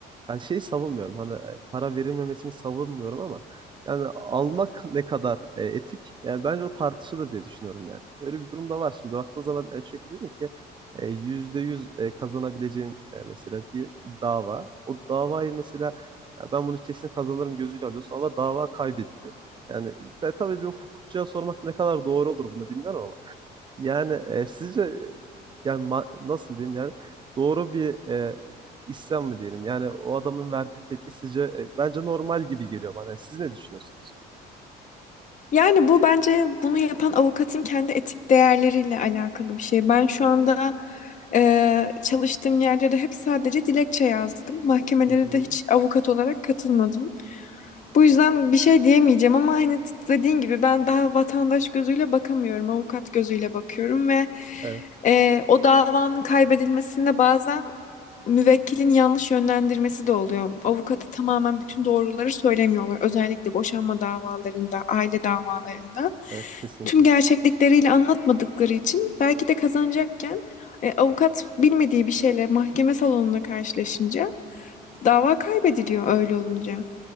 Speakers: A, on the right; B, on the left.
A: ben şeyi savunmuyorum. Hani e, para verilmemesini savunmuyorum ama yani almak ne kadar e, etik? Yani bence o tartışılır diye düşünüyorum yani. Öyle bir durum da var şimdi. Baktığın zaman e, çünkü dedin ki e, %100 e, kazanabileceğim e, mesela bir dava. O davayı mesela ya ben bunu kesin kazanırım gözüyle alıyorsun ama dava kaybediliyor. Yani e, tabii bir hukukçuya sormak ne kadar doğru olur bunu bilmiyorum ama yani e, sizce e, yani ma- nasıl diyeyim yani doğru bir e, isyan mı diyelim? Yani o adamın verdiği tepki sizce e, bence normal gibi geliyor bana. Siz ne düşünüyorsunuz?
B: Yani bu bence bunu yapan avukatın kendi etik değerleriyle alakalı bir şey. Ben şu anda eee, çalıştığım yerde de hep sadece dilekçe yazdım. Mahkemelere
A: Hı hı.
B: de hiç avukat olarak katılmadım. Bu yüzden bir şey diyemeyeceğim ama hani t- dediğin gibi ben daha vatandaş gözüyle bakamıyorum, avukat gözüyle bakıyorum ve
A: Evet,
B: eee, o davanın kaybedilmesinde bazen müvekkilin yanlış yönlendirmesi de oluyor. Avukata tamamen bütün doğruları söylemiyorlar. Özellikle boşanma davalarında, aile davalarında.
A: evet kesinlikle.
B: Tüm gerçeklikleriyle anlatmadıkları için belki de kazanacakken e, avukat bilmediği bir şeyle mahkeme salonuna karşılaşınca dava kaybediliyor öyle olunca.